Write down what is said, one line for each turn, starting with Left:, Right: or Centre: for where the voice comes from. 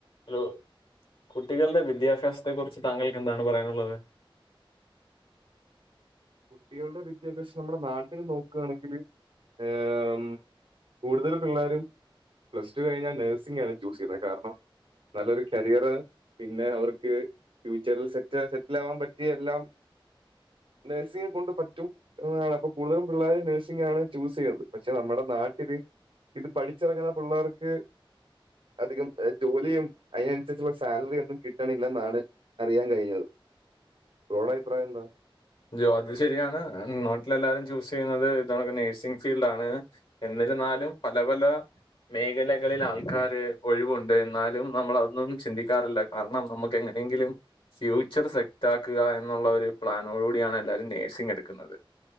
Left: Hello കുട്ടികളുടെ വിദ്യാഭ്യാസത്തെ കുറിച്ച് താങ്കൾക്ക് എന്താണ് പറയാനുള്ളത്?
Right: കുട്ടികളുടെ വിദ്യാഭ്യാസം നമ്മുടെ നാട്ടിൽ നോക്കുകയാണെങ്കില് ഏഹ് കൂടുതലും പിള്ളേരും പ്ലസ് ടു കഴിഞ്ഞാൽ നഴ്സിംഗ് ആണ് ചൂസ് ചെയ്യുന്നത് കാരണം നല്ലൊരു കരിയർ പിന്നെ അവർക്ക് ഫ്യൂച്ചറിൽ സെറ്റ സെറ്റിൽ ആവാൻ പറ്റിയ എല്ലാം നഴ്സിംഗ് കൊണ്ട് പറ്റും. ഓ അപ്പൊ കൂടുതലും പിള്ളേര് നഴ്സിംഗ് ആണ് ചൂസെയ്തത് പക്ഷെ നമ്മുടെ നാട്ടില് ഇത് പഠിച്ച് ഇറങ്ങണ പിള്ളേർക്ക് അധികം എ ജോലിയും അയിനനുസരിച്ചുള്ള സാലറി ഒന്നും കിട്ടണില്ലെന്നാണ് അറിയാൻ കഴിഞ്ഞത് ബ്രോടെ അഭിപ്രായം എന്താ?
Left: ജോ അത് ശരിയാണ് നോട്ടിൽ എല്ലാരും ചൂസ് ചെയ്യുന്നത് ഇതാണക്ക്‌ നഴ്സിംഗ് ഫീൽഡാണ്. എന്നിരുന്നാലും പല പല മേഖലകളിൽ ആൾക്കാര് ഒഴിവുണ്ട് ന്നാലും നമ്മളതൊന്നും ചിന്തിക്കാറില്ല. കാർണം നമുക്ക് എങ്ങനെങ്കിലും ഫ്യൂച്ചർ സെറ്റാക്കുക എന്നുള്ള ഒരു പ്ലാൻ നോട് കൂടി ആണ് എല്ലാരും നഴ്സിംഗ് എടുക്കുന്നത്,